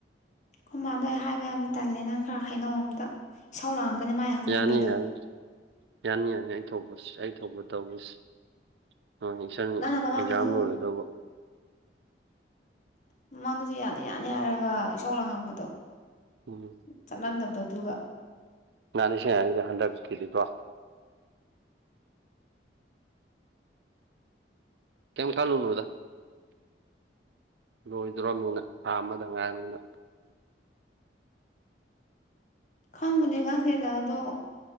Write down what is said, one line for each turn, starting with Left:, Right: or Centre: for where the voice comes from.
Left: ꯑꯩꯈꯣꯢ ꯃꯥꯗꯣ ꯑꯩ ꯍꯥꯏꯕ ꯌꯥꯝ ꯇꯜꯂꯦ ꯅꯪ ꯈꯔ ꯍꯥꯏꯅꯧ ꯑꯃꯠꯇ ꯏꯁꯧ ꯂꯥꯡ ꯅꯤ ꯃꯥꯏ ꯍꯧꯅꯕꯤꯗꯣ
Right: ꯌꯥꯅꯤ ꯌꯥꯅꯤ ꯌꯥꯅꯤ ꯌꯥꯅꯤ ꯑꯩ ꯊꯣꯛꯄꯁꯦ ꯑꯩ ꯊꯣꯛꯄ ꯇꯧꯒꯦꯁꯦ ꯍꯣꯏꯅꯦ ꯏꯆꯟꯒꯤ
Left: ꯅꯪꯅ ꯃꯃꯥꯡꯗꯁꯨ
Right: ꯑꯦꯛꯖꯥꯝ ꯂꯣꯏꯔꯗꯕꯨ <inaudible>
Left: ꯃꯃꯥꯡꯗꯖꯨ ꯌꯥꯅꯤ ꯌꯥꯅꯤ ꯍꯥꯏꯔꯒ ꯏꯁꯥꯎ ꯂꯥꯡꯉꯝꯕꯗꯣ
Right: ꯎꯝ
Left: ꯆꯠꯂꯟꯗꯕꯗꯣ ꯑꯗꯨꯒ
Right: ꯌꯥꯅꯤꯁꯦ ꯌꯅꯤꯁꯦ ꯍꯟꯗꯛꯀꯤꯗꯤꯀꯣ ꯀꯦꯝ ꯈꯜꯂꯨꯅꯨꯗ ꯂꯣꯏꯗ꯭ꯔꯣꯝꯅꯤꯅ ꯊꯥ ꯑꯃꯗ ꯉꯥꯏꯔꯝꯅꯤꯅ
Left: ꯈꯟꯕꯨꯗꯤ ꯈꯟꯗꯦꯗ ꯑꯗꯣ